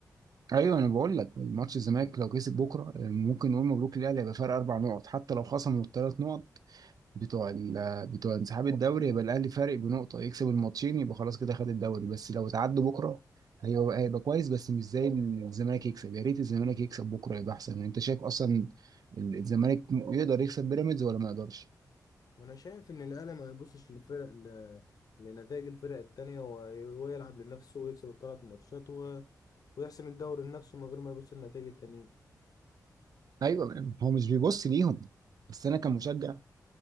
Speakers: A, on the right; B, on the left.
A: ايوه انا بقول لك الماتش الزمالك لو كسب بكره ممكن نقول مبروك للاهلي هيبقى فرق اربع نقط حتى لو خصموا الثلاث نقط بتوع ال... بتوع انسحاب الدوري يبقى الاهلي فارق بنقطه يكسب الماتشين يبقى خلاص كده خد الدوري بس لو اتعدوا بكره هيبقى هيبقى كويس بس مش زي إن الزمالك يكسب يا ريت الزمالك يكسب بكره يبقى احسن يعني انت شايف اصلا ال- الزمالك م- يقدر يكسب بيراميدز ولا ما يقدرش
B: وانا شايف ان الاهلي ما يبصش للفرق ل... لنتائج الفرق التانية وي- ويلعب لنفسه ويكسب الثلاث ماتشات و... ويحسم الدوري لنفسه من غير ما يبص للنتائج التانية
A: ايوه هو مش بيبص ليهم بس انا كمشجع